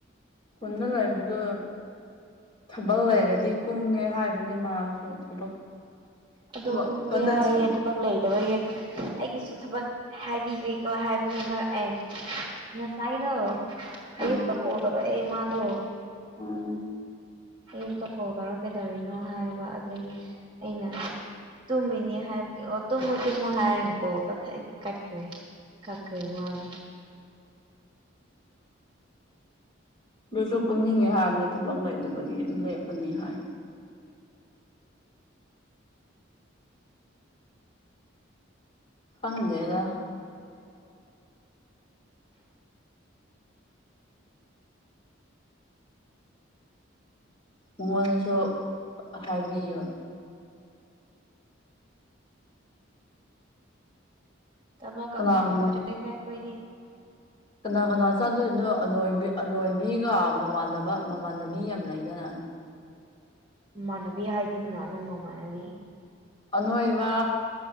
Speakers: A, on the left; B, on the right.
A: ꯈꯨꯟꯗ ꯂꯩꯕꯗꯨ ꯊꯕꯛ ꯂꯩꯔꯗꯤ ꯀꯨꯝꯒꯦ ꯍꯥꯏꯕꯅꯤ ꯃꯥꯁꯨ ꯊꯕꯛ
B: ꯑꯗꯣ
A: ꯊꯕꯛ
B: ꯀꯨꯝꯒꯦ
A: ꯀꯟꯅ
B: ꯍꯥꯏꯌꯦ
A: ꯊꯤꯔꯤ
B: ꯊꯕꯛ ꯂꯩꯇꯕꯒꯤ ꯑꯩꯒꯤꯁꯨ ꯊꯕꯛ ꯍꯥꯏꯕꯤꯒꯦꯀꯣ ꯍꯥꯏꯕ ꯑꯦ ꯉꯁꯥꯏꯗꯣ ꯑꯌꯨꯛꯇ
A: ꯎꯝ
B: ꯀꯣꯜ ꯇꯧꯔꯛꯑꯦ ꯃꯥꯗꯨ
A: ꯎꯝ
B: ꯑꯌꯨꯛꯇ ꯀꯣꯜ ꯇꯧꯔꯛꯑ ꯀꯩꯗꯧꯔꯤꯅꯣ ꯍꯥꯏꯕ ꯑꯗꯨꯒꯤ ꯑꯩꯅ ꯇꯨꯝꯃꯤꯅꯤ ꯍꯥꯏꯕꯒꯤ ꯑꯣ ꯇꯨꯝꯃꯣ ꯇꯨꯝꯃꯣ ꯍꯥꯏꯔꯒꯀꯣ ꯀꯣꯜ ꯀꯛꯊꯠꯈ꯭ꯔꯦ ꯀꯛꯈꯔ꯭ꯦ ꯃꯥꯅ
A: ꯑꯗꯨꯏꯁꯨ ꯀꯨꯝꯅꯤꯡꯉꯦ ꯍꯥꯏꯕꯅꯤ ꯊꯕꯛ ꯂꯩꯕꯒꯤ ꯑꯗꯨꯝ ꯂꯦꯞꯄꯅꯤ ꯍꯥꯏ ꯈꯪꯗꯦꯗ ꯃꯉꯣꯟꯗꯁꯨ ꯍꯥꯏꯕꯤꯌꯨ
B: ꯊꯕꯛꯀ
A: ꯀꯅꯥ
B: ꯐꯪꯗ꯭ꯔꯦꯗ
A: ꯀꯅꯥ
B: ꯑꯩꯈꯣꯏꯗꯤ
A: ꯀꯅꯥ ꯀꯅꯥ ꯆꯠꯇꯣꯏꯅꯣ ꯑꯅꯣꯏꯕꯤ ꯑꯅꯣꯏꯕꯤꯒ ꯃꯃꯥꯟꯅꯕ ꯃꯃꯥꯟꯅꯕꯤ ꯌꯥꯝ ꯂꯩꯗꯅ
B: ꯃꯃꯥꯟꯅꯕꯤ ꯍꯥꯏꯗꯤ ꯀꯅꯥꯅꯣ ꯃꯃꯥꯟꯅꯕꯤ
A: ꯑꯅꯣꯏꯕ